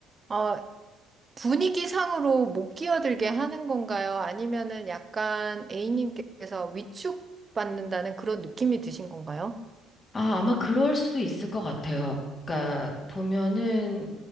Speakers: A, on the right; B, on the left.
A: 어, 분위기상으로 못 끼어들게 하는 건가요? 아니면은 약간 A님께서 위축받는다는 그런 느낌이 드신 건가요?
B: 아, 아마 그럴 수도 있을 것 같아요. 그러니까 보면은